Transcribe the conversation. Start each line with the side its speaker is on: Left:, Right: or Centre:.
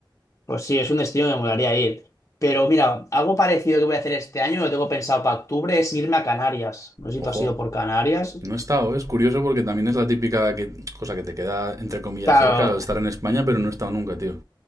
Left: Pues sí, es un destino que me molaría ir. Pero mira, algo parecido que voy a hacer este año, lo tengo pensado para octubre, es irme a Canarias. No sé
Right: Ojo,
Left: si tú has ido por Canarias.
Right: No he estado, ¿eh? es curioso porque también es la típica que- cosa que te queda, entre comillas,
Left: Claro.
Right: cerca al estar en España, pero no he estado nunca, tío.